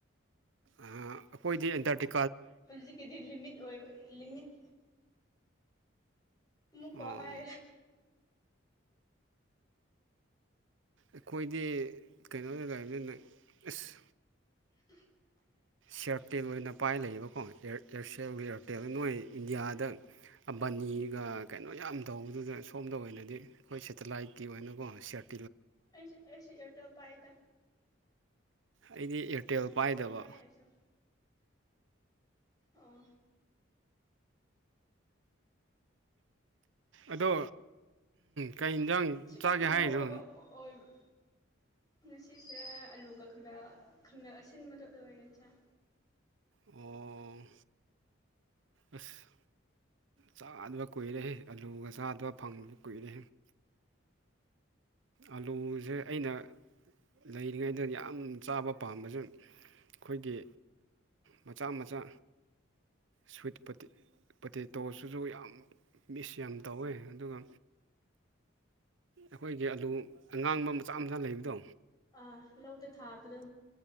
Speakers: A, on the right; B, on the left.
A: ꯑꯥ ꯑꯈꯣꯏꯗꯤ ꯑꯦꯟꯇꯔꯇ
B: ꯍꯧꯖꯤꯛꯀꯤꯗꯤ ꯂꯤꯃꯤꯠ ꯑꯣꯏ ꯂꯤꯃꯤꯠ ꯃꯨꯀ
A: ꯑꯣ
B: ꯍꯥꯏ
A: ꯑꯈꯣꯏꯗꯤ ꯀꯩꯅꯣꯗ ꯂꯩꯕꯅꯤꯅ ꯑꯁ
B: <inaudible>
A: ꯁꯤꯌꯥꯔꯇꯦꯜ ꯑꯣꯏꯅ ꯄꯥꯏ ꯂꯩꯌꯦꯕꯀꯣ ꯏꯌꯥꯔꯁꯦꯜ ꯏꯌꯥꯔꯇꯦꯜ ꯅꯣꯏ ꯏꯟꯗꯤꯌꯥꯗ ꯕꯅꯤꯒ ꯀꯩꯅꯣ ꯌꯥꯝ ꯇꯧꯕꯗꯨꯗ ꯁꯣꯝꯗ ꯑꯣꯏꯅꯗꯤ ꯑꯈꯣꯏ ꯁꯦꯇꯦꯂꯥꯏꯠꯀꯤ ꯑꯣꯏꯅꯀꯣ ꯁꯔꯠ
B: ꯑꯩꯁꯨ ꯏꯔꯇꯦꯜ ꯄꯥꯏꯗ
A: ꯑꯩꯗꯤ ꯑꯦꯌꯥꯔꯇꯦꯜ ꯄꯥꯏꯗꯕ
B: ꯄꯥꯏ ꯑꯩꯁꯨ ꯑꯣ
A: ꯑꯗꯣ ꯀꯩ ꯖꯥꯡ
B: ꯁꯤꯐꯥꯏꯒꯨꯝꯕ
A: ꯆꯥꯒꯦ ꯍꯥꯏꯅꯣ
B: ꯑꯣꯏꯕ ꯑꯣꯏꯕ ꯉꯁꯤꯁꯦ ꯑꯂꯨꯒ ꯈꯪꯃꯦꯜ ꯈꯪꯃꯦꯜ ꯑꯁꯤꯟꯕꯗꯣ ꯑꯗꯨꯒ ꯑꯣꯏꯅ ꯆꯥꯏ
A: ꯑꯣ ꯑꯁ ꯆꯥꯗꯕ ꯀꯨꯏꯔꯦ ꯍꯦ ꯑꯂꯨꯒ ꯆꯥꯗꯕ ꯐꯪꯕ ꯀꯨꯏꯔꯦ ꯑꯂꯨꯁꯦ ꯑꯩꯅ ꯂꯩꯔꯤꯉꯩꯗ ꯌꯥꯝ ꯆꯥꯕ ꯄꯥꯝꯕꯁꯦ ꯑꯈꯣꯏꯒꯤ ꯃꯆꯥ ꯃꯆꯥ ꯁ꯭ꯋꯤꯠꯄꯣꯇꯦ ꯄꯣꯇꯦꯁꯤꯁꯨ ꯌꯥꯝ ꯃꯤꯁ ꯌꯥꯝ ꯇꯧꯋꯦ ꯑꯗꯨꯒ ꯑꯈꯣꯏꯒꯤ ꯑꯂꯨ ꯑꯉꯥꯡꯕ ꯃꯆꯥ ꯃꯆꯥ ꯂꯩꯕꯗꯣ
B: ꯑꯥ ꯂꯧꯗ ꯊꯥꯕꯗꯣ